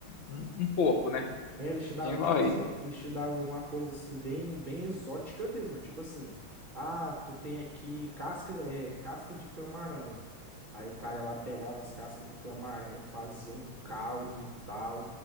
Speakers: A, on the left (about 70°); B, on the right (about 35°).
A: um um porco, né?
B: É, eles te davam,
A: Tinha,
B: tipo
A: olha
B: assim,
A: aí,
B: um, eles te davam uma coisa assim, bem, bem exótica mesmo. Tipo assim, ah, tu tem aqui casca, é, casca de camarão. Aí o cara lá pegava as cascas do camarão, fazia um caldo e tal.